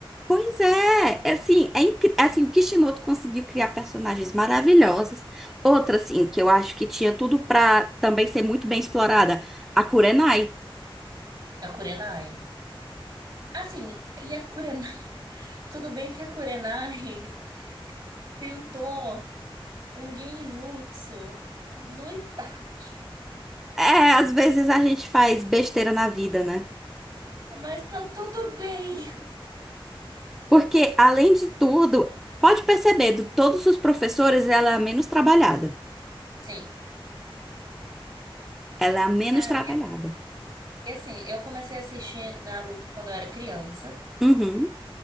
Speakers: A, in the centre; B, on the right.
A: Pois é, é assim, é, incri- é assim, o Kishimoto conseguiu criar personagens maravilhosas. Outra, assim, que eu acho que tinha tudo pra também ser muito bem explorada, a Kurenai.
B: A Kurenai. Assim, e a Kurenai. <laughs> Tudo bem que a Kurenai <laughs> tentou um genjutsu no Itachi,
A: É, às vezes a gente faz besteira na vida, né?
B: mas tá tudo bem.
A: Porque, além de tudo, pode perceber, de todos os professores, ela é a menos trabalhada.
B: Sim.
A: Ela é a menos
B: Cara,
A: trabalhada.
B: E assim, eu comecei a assistir Naruto quando eu era criança,
A: Uhum,